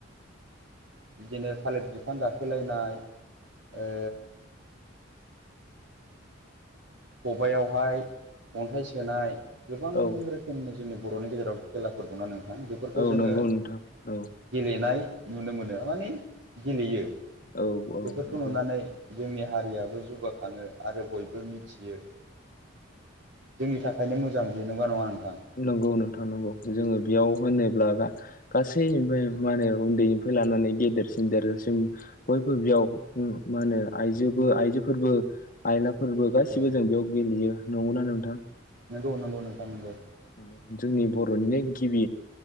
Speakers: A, on the right (about 65°); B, on the left (about 40°).
A: बिदिनो थालिर बिफां गाखोलायनाय ओ खबाइयावहाय अन्थाइ सोनाय गोबां
B: औ
A: रोखोमनि जोंनि बर'नि गेजेराव खेलाफोर दंना नोंथां बेफोरखौ
B: औ
A: जोङो
B: नंगौ नोंथां औ
A: गेलेनाय नुनो मोनो माने गेलेयो
B: औ औ
A: बेफोरखौ
B: नंगौ
A: नुनानै जोंनि हारियाबो जौगाखाङो आरो बयबो मि थियो जोंनि थाखायनो मोजां बे नंगौ ना नोंथां नङा
B: नंगौ नों थां नंगौ जोङो बेयाव होनोब्ला गासै ओमफ्राय मा होनो उन्दैनिफ्राय लानानै गेदेर देरजासिम बयबो बेयाव मा होनो आइजोबो आइजोफोरबो आइ फोरबो गासिबो
A: औ
B: जों बेयाव गेलेयो नंगौना नोंथां
A: नंगौ नंगौ नोंथां नोंगौ
B: औ जोंनि बर'निनो गिबि